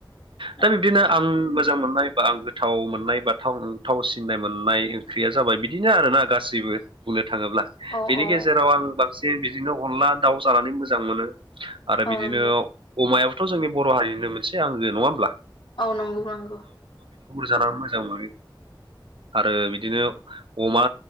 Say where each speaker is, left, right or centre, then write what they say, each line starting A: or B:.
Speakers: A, on the right; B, on the left.
A: दा
B: औ
A: बिब्दिनो आं मोजां मोननाय आं गोथाव मोननाय बा थाव सिननाय मोननाय ओंख्रिया जाबाय बिदिनो आरोना गासैबो। बुंनो थाङोब्ला
B: औ
A: बेनि
B: औ
A: गेजेराव आं बांसिन बिदिनो अनला दाउ जानानै मोजां मोनो। आरो
B: औ
A: बिदिनो
B: नंगौ
A: अमायाबोथ' जोंनि बर' हारिनो मोनसे आंगो नङा होमब्ला?
B: औ नंगौ नंगौ।
A: जाना मोजां मोनो। आरो बिदिनो अमा